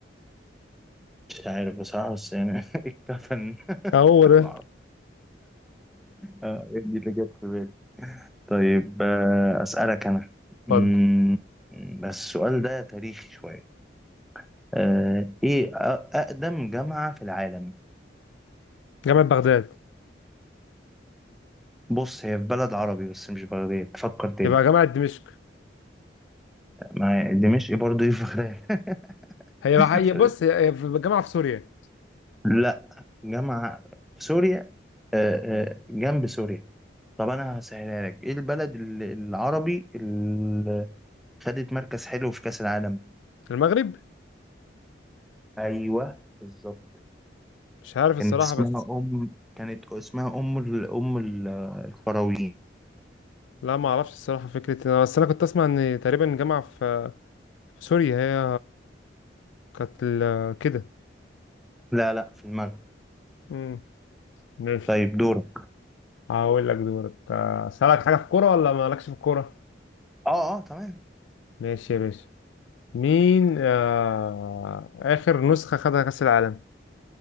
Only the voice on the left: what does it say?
هو
ده
اتفضل
جامعة بغداد
يبقى جامعة دمشق
هي هي
بص هي هي في جامعة في سوريا
المغرب
مش عارف الصراحة
بس
لا ما اعرفش الصراحة فكرة إن أنا بس أنا كنت أسمع إن تقريبا جامعة في في سوريا هي كانت ال- كده
امم ماشي
هقول لك دورك آه، أسألك حاجة في الكورة ولا مالكش في الكورة؟
ماشي يا باشا مين آه... آخر نسخة خدها كأس العالم؟